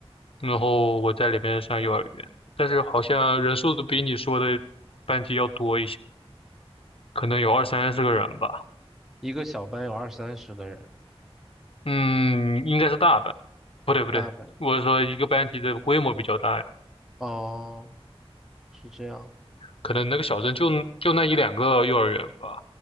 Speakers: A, on the left; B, in the centre.
A: 然后我在里边上幼儿园，但是好像人数都比你说的班级要多一些，可能有二三十个人吧。
B: 一个小班有二三十个人，
A: 嗯，应该是大班，不对不对，
B: 大班。
A: 我是说一个班级的规模比较大呀，
B: 哦，是这样。
A: 可能那个小镇就就那一两个幼儿园吧，